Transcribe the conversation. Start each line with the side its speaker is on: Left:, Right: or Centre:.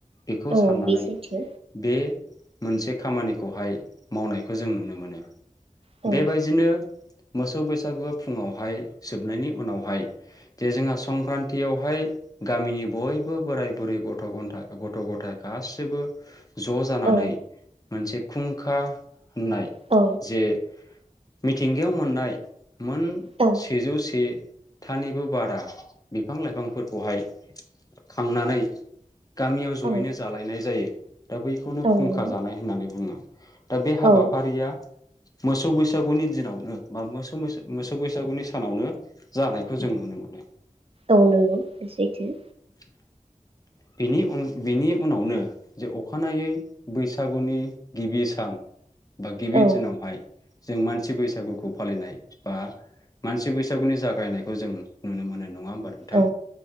Left: बेखौ
Right: औ
Left: साननानै
Right: बे सैथो
Left: बे मोनसे खामानिखौहाय मावनायखौ जों नुनो मोनो।
Right: औ
Left: बेबायदिनो मोसौ बैसागुआ फुङावहाय जोबनायनि उनावहाय जे जोंहा संक्रान्तियावहाय गामिनि बयबो बोराय बुरै गथ' गथ गथ' गथायाइ गासैबो ज' जानानै
Right: औ
Left: मोनसे खुंखा होननाय
Right: औ
Left: जे मिथिंगायाव मोननाय मोन
Right: औ
Left: सेजौ से थानिबो बारा बिफां लाइफांफोरखौहाय खांनानै गामियाव
Right: औ
Left: जयैनो जालायनाय जायो। दा बैखौनो
Right: औ
Left: खुंखा
Right: नंगौ
Left: जानाय होननानै बुङो। दा बे हाबाफारिया
Right: औ
Left: मोसौ बैसागुनि दिनावनो बा मोसौ मोसौ बैसागुनि सानावनो जानायखौ जों नुनो मोनो
Right: औ नोंगौ सैथो
Left: <inaudible> बिनि उन बिनि उनावनो जे अखानायै बैसागुनि गिबि सान बा गिबि
Right: औ
Left: दिनावहाय जों मानसि बैसागुखौ फालिनाय बा मानसि बैसागुनि जागायनायखौ जों नुनो मोनो। नङा होमबा नोंथां।
Right: औ